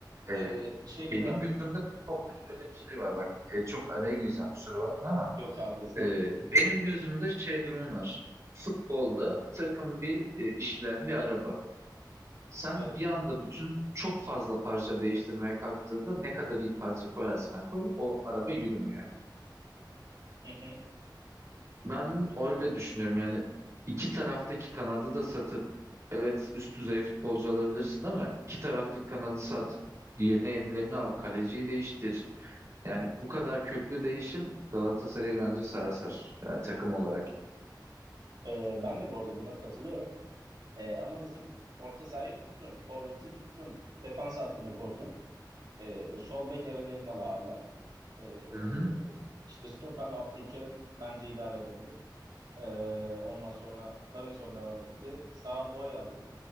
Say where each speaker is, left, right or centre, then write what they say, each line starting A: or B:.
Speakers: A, on the right; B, on the right.
A: e,
B: Ee, şey geliyor
A: benim
B: abi.
A: gözümde futbolda şöyle bir şey var bak e, çok araya gireceğim kusura bakma ama
B: Yok abi estağfurullah.
A: e, benim gözümde şey durum var. Futbolda takım bir e, işleyen bir araba. Sen
B: Evet.
A: bir anda bütün çok fazla parça değiştirmeye kalktığında ne kadar iyi parça koyarsan koy o araba yürümüyor.
B: Hı hı.
A: Ben öyle düşünüyorum yani iki taraftaki kanadı da satıp evet üst düzey futbolcu alabilirsin ama iki taraftaki kanadı sat yerine yenilerini al kaleciyi değiştir. Yani bu kadar köklü değişim Galatasaray'ı bence sarsar yani takım olarak.
B: Ee, ben de bu arada buna katılıyorum. E, ama mesela orta sahayı tuttun, forveti tuttun, defans hattını korudun. E, sol bek Eren Elmalı hala. E,
A: Hı hı.
B: işte stoper Abdülkerim bence idare edebilir. E, ondan sonra Davinson devam etti. Sağ boy aldın.